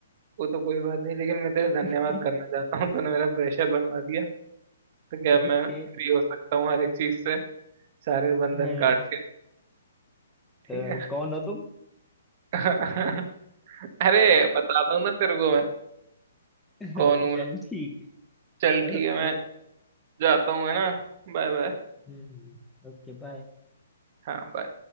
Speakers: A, on the right; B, in the centre.
A: वो तो कोई बात नहीं लेकिन मैं तेरा
B: <laughs>
A: धन्यवाद करना चाहता हूँ तूने मेरा प्रेशर बनवा दिया तो क्या
B: ओके
A: मैं फ्री हो सकता हूँ हर एक चीज से सारे बंधन
B: हाँ,
A: काट के ठीक
B: अ,
A: है
B: कौन हो तुम
A: <laughs> अरे बता दूँ ना तेरे को मैं
B: <laughs>
A: कौन हूँ मैं
B: चल ठीक
A: चल
B: है
A: ठीक
B: ओके
A: है मैं जाता हूँ है ना Bye bye
B: Hmm okay bye
A: हाँ bye।